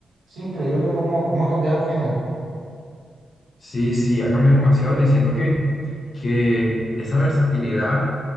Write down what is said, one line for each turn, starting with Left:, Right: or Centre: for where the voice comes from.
Right: es increíble cómo, cómo ha cambiado el género.
Left: Sí, sí, ha cambiado demasiado y siento que, que esa versatilidad